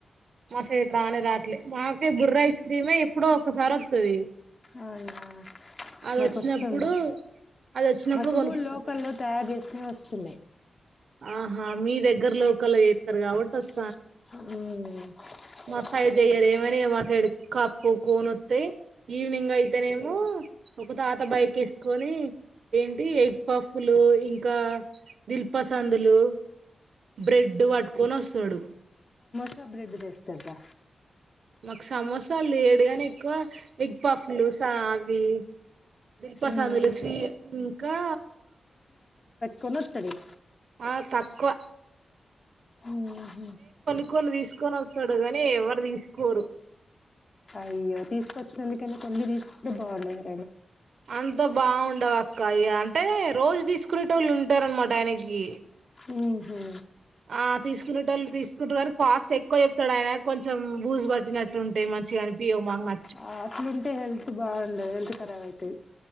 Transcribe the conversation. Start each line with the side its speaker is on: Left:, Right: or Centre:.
Right: మా సైడ్ రానే రాట్లే మాకే బుర్రైస్ క్రీమే ఎప్పుడో ఒకసారి వత్తది.
Left: అవున
Right: అది
Left: మాకోస్సుంది,
Right: వచ్చినప్పుడు అది వచ్చినప్పుడు
Left: మాకు
Right: కొనుక్కుంటాం
Left: ఊలోకల్లో తయారు చేస్నవి. సున్నయ్
Right: ఆహా మీ దగ్గర లోకల్లొ ఎత్తర్ కాబట్టి వస్
Left: హు
Right: మా సైడ్ చెయ్యరు ఏవనిగ మా సైడ్ కప్పు కోను వత్తయ్, ఈవినింగ్ ఐతేనేమో ఒక తాత బైక్ కేస్కొని ఏంటి ఎగ్ పఫ్ లు ఇకా దిల్ పసందులు బ్రెడ్ వట్టుకొని వస్తడు
Left: త్త బ్రెడ్ తెస్తద్దా
Right: మాకు సమోస లేడుగానే ఎక్కువ ఎగ్ పఫ్ లు సా అవి దిల్పసంద్
Left: ఉమ్
Right: లు స్వీ ఇంకా
Left: కొనొత్త దిగ
Right: ఆ తక్కువ
Left: ఊహూ
Right: కొని తీసుకొని వస్తాడో గాని ఎవ్వరు తీసుకోరు
Left: అయ్యో తీసుకొచ్చినందుకైనా కొన్ని తీసుకుంటే బావుండేదే
Right: అంతొ బావుండవక్క అయి అంటే రోజు తీసుకునేటోళ్లు ఉంటారనమాట ఆయనకి
Left: ఊహూ
Right: ఆ తీసుకునేటోళ్ళు తీసుకుంటారు గానీ కాస్ట్ ఎక్కువ చెప్తాడు ఆయన కొంచెం బూజు పట్టినట్టు ఉంటాయి మంచిగా అనిపియ్యవ్ మాకు న
Left: ఆ అట్లున్ టే హెల్త్ బావుండదు హెల్త్ ఖరాబ్ ఐతది